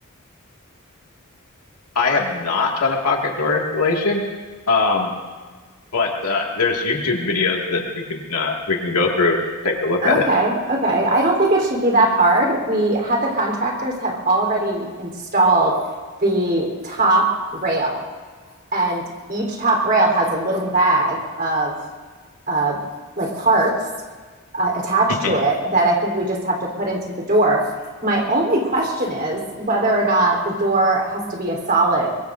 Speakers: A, on the left; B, on the right.
A: I have not done a pocket door installation. Um, but uh, there's YouTube videos that we can uh, we can go through to take a look
B: No.
A: at
B: Okay, okay. I don't think it should be that hard. We had the contractors have already installed the top rail, and each top rail has a little bag of uh, like parts uh, attached
A: it.
B: to it
A: <laughs>
B: that I think we just have to put into the door. My only question is whether or not the door has to be a solid,